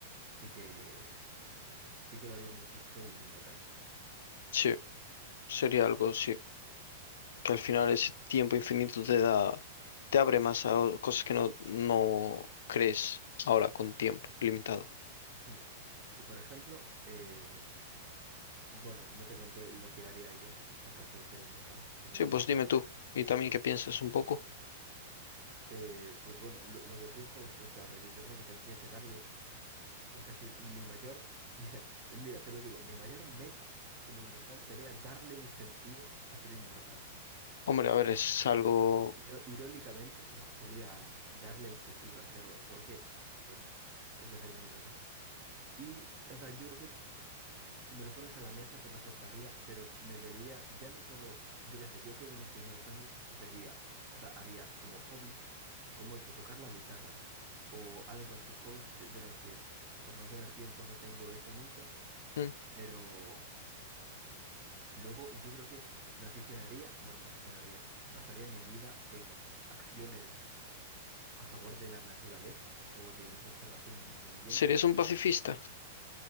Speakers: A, on the right; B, on the left.
A: sí que sí que lo haría muchis todo el mundo casi. ¿no?
B: Sí, sería algo, sí. Que al final ese tiempo
A: Y,
B: infinito te da, te abre más a o- cosas que no, no crees ahora con tiempo limitado.
A: hmm. Y, por ejemplo, eh, bueno, no te conté lo que haría yo en caso de ser inmortal, entonces
B: Sí,
A: no
B: pues
A: sé si
B: dime
A: quieres
B: tú.
A: que te-
B: Y también qué piensas un poco.
A: Eh, pues bueno, lo, lo que pienso es eso, Arroyo. Yo creo que tendría que darle, o sea que mi mayor, <laughs> mira, mira, te lo digo, mi mayor meta como inmortal sería darle un sentido a ser inmortal.
B: Hombre, a ver, es algo...
A: Iro- Irónicamente, ¿no? Sería darle el sentido a hacerlo. ¿Por qué? Pues esa sería mi razón. Y, o sea, yo creo que si me lo pones a la mesa te lo aceptaría, pero me vería ya no solo, yo qué sé, yo creo que en mis primeros años vería, o sea, haría como hobbies, como esto, tocar la guitarra o algo así, hobbies que- de los que por no tener tiempo no tengo hecho mucho,
B: Mm.
A: pero luego yo creo que me aficionaría, bueno, me aficionaría, basaría mi vida en acciones a favor de la naturaleza o de la conservación del medio ambiente.
B: ¿Serías un pacifista?